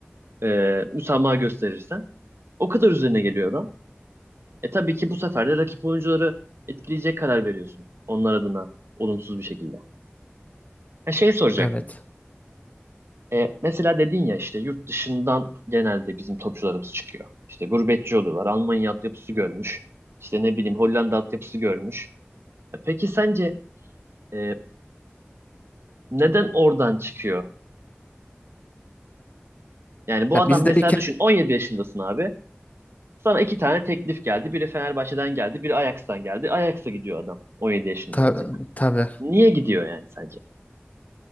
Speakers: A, on the right; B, on the left.
A: e, müsamaha gösterirsen o kadar üzerine geliyor adam. E tabii ki bu sefer de rakip oyuncuları etkileyecek karar veriyorsun. Onlar adına olumsuz bir şekilde. Ha şey soracaktım.
B: Evet.
A: E, mesela dedin ya işte yurt dışından genelde bizim topçularımız çıkıyor. İşte gurbetçi oluyorlar. Almanya altyapısı görmüş. İşte ne bileyim Hollanda altyapısı görmüş. E, peki sence e, neden oradan çıkıyor? Yani bu
B: Ya
A: adam
B: bizde
A: mesela
B: bir kere
A: düşün 17 yaşındasın abi. Sana iki tane teklif geldi. Biri Fenerbahçe'den geldi, biri Ajax'tan geldi. Ajax'a gidiyor adam 17 yaşında
B: Ta-
A: mesela.
B: tabii.
A: Niye gidiyor yani sence?